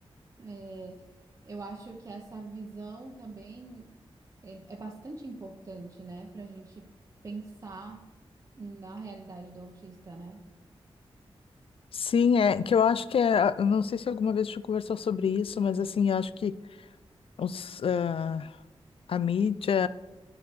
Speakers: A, on the right (about 30°); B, on the left (about 65°).
A: É, eu acho que essa visão também é, é bastante importante, né, para a gente pensar na realidade do autista, né?
B: Sim, é que eu acho que é. eu Não sei se alguma vez a gente conversou sobre isso, mas assim, eu acho que os, ah, a mídia,